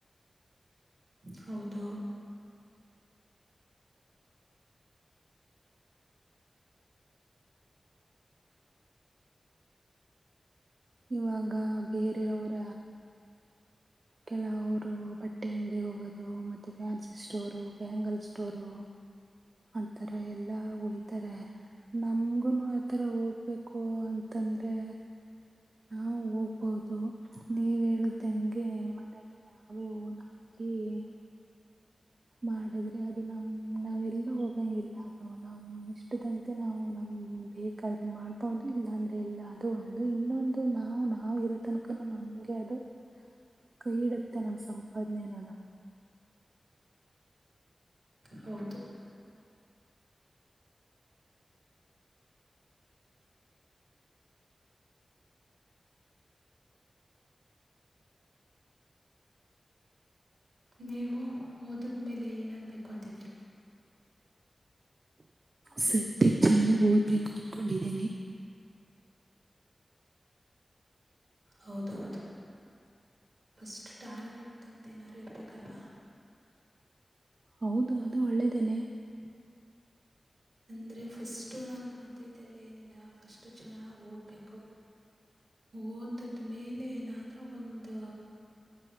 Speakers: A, on the right; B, on the right.
A: ಹೌದು
B: ಇವಾಗ ಬೇರೆಯವರ. ಕೆಲವರು ಬಟ್ಟೆ ಅಂಗಡಿಗೆ ಹೋಗೋದು ಮತ್ತೆ ಫ್ಯಾನ್ಸಿ ಸ್ಟೋರು ಬ್ಯಾಂಗಲ್ ಸ್ಟೋರು. ಆಂಥರ ಎಲ್ಲಾ ಹೊಯತರೆ. ನಮ್ಗುನು ಆಥರ ಹೋಗ್ಬೇಕು ಅಂತಂದ್ರೆ. ನಾವು ಹೋಗ್ಬಹುದು ನೀವ್ ಹೇಳ್ದಂಗೆ. ಮನೇೆಯಲ್ಲಿ ನಾವೇ <unintelligible> ಮಾಡಿದ್ರೆ ಅದು ನಮ ನಾವೆಲ್ಲ ಹೋಗಂಗಿಲ್ಲ ಅದು ನಾವ್ ಇಷ್ಟದಂತೆ ನಾವು ನಮ ಬೇಕಾದ್ರೆ ಮಾಡ್ಬಹುದು ಇಲ್ಲಾಂದ್ರೆ ಇಲ್ಲ ಅದು ಒಂದು ಇನ್ನೊಂದು ನಾವು ನಾವವು ಇರೋ ತನಕ ನಮಗೆ ಅದು ಕೈ ಇಡುತ್ತೆ ನಮ್ಮ ಸಂಪಾದನೆ ನಲ್ಲ
A: ಹೌದು ನೀವು ಓದದ್ಮೇಲೆ ಏನಾಗ್ಬೇಕು ಅಂತ
B: ಸತ್ಯ ಚೆನ್ನಾಗಿ ಓದ್ಬೇಕು ಅನ್ಕೊಂಡಿದ್ದೀನಿ
A: ಹೌದೌದು ಫಸ್ಟ್ ಟಾರ್ಗೆಟ್ ಅಂತ ನಾರು ಇರ್ಬೇಕಲ್ವಾ
B: ಹೌದು ಅದು ಒಳ್ಳೆದೇನೆ
A: ಅಂದ್ರೆ ಫಸ್ಟ್ ನಾನು ಅದೇ ಇದೆಲ್ಲ ಏನಿಲ್ಲ ಫಸ್ಟ್ ಚೆನ್ನಾಗ್ ಓದ್ಬೇಕು ಓದದ್ಮೇಲೆ ಏನಾದ್ರೂ ಒಂದ